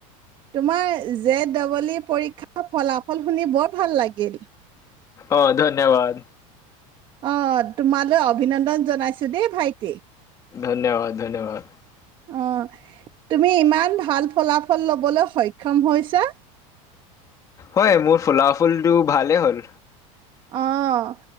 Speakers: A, on the right; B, on the left.
A: তোমাৰ জে ড'বল ই পৰীক্ষাৰ ফলাফল শুনি বৰ ভাল লাগিল।
B: অ', ধন্ ধন্যবাদ
A: অ তোমালৈ অভিনন্দন জনাইছো দেই ভাইটি
B: ধন্যবাদ, ধন্যবাদ।
A: অ তুমি ইমান ভাল ফলাফল লবলৈ সক্ষম হৈছা
B: হয় মোৰ ফলাফুলটো ভালেই হ'ল
A: অ',